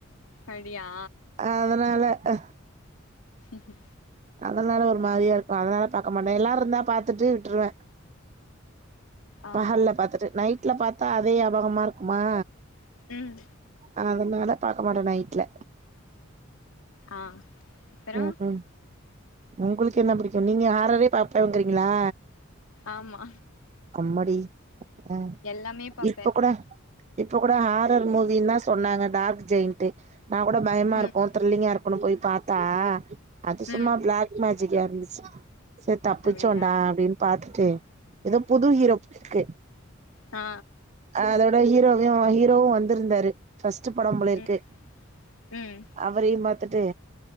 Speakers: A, on the left; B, on the right.
A: அடியா
B: அதனால ஹ
A: ம்
B: அதனால ஒரு மாரியா இருக்கு அதனால பாக்க மாட்ட எல்லாரு இருந்தா பாத்துட்டு விட்ருவ
A: ஆ
B: பகல்ல பாத்துட்டு நைட்ல பாத்தா அதே யாபகமா இருக்குமா
A: ம்
B: அதனால மேல பாக்க மாட்ட நைட்ல
A: ஆ அப்பறோ
B: ம் ம் உங்களுக்கு என்ன பிடிக்கும் நீங்க ஆட்றத பாப்பேங்கறீங்களா
A: ஆமா
B: அம்மாடி ஆ
A: எல்லாமே பாப்பே
B: இப்ப கூட இப்ப கூட ஹாரர் மூவின்னு தான் சொன்னாங்க. டார்க் ஜெயின்ட்டு நா கூட பயமா
A: ம்
B: இருக்கும் த்ரிலிங்கா இருக்கும்னு போய் பாத்தா அது சும்மா
A: ம்
B: பிளாக் மேஜிக்கா இருந்துச்சு சேரி தப்பிச்சோண்டா
A: அப்டியா
B: அப்டின்னு பாத்துட்டு ஏதோ புது ஹீரோ போலருக்கு
A: ஆ
B: அதோட ஹீரோவும் ஹீரோவும் வந்திருந்தாரு ஃபஸ்ட் படம் போலிருக்கு
A: ம் ம்
B: அவரையும் பாத்துட்டு